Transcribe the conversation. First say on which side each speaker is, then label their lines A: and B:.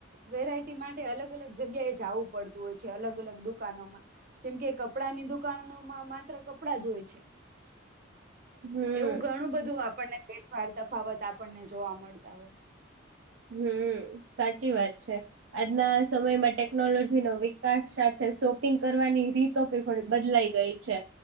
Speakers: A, on the right (about 45°); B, on the right (about 65°).
A: વેરાયટી માટે અલગ અલગ જગ્યાએ જવું પડત હોય છે, અલગ, અલગ દુકાનોમા જેમ કે કપડા ની દુકાનોમાં માત્ર કપડા જ હોય છે.
B: હમ
A: એવુ ઘણુ, બધુ આપણને ફેરફર તફાવત આપણને, જોવા મળતા હોય.
B: હમ્મ, સાચી વાત છે. આજના સમયમાં ટેકનોલોજી નો વિકાસ સાથે, સો કરવાની રીતોી થોડી બદલાઈ ગઈ છે,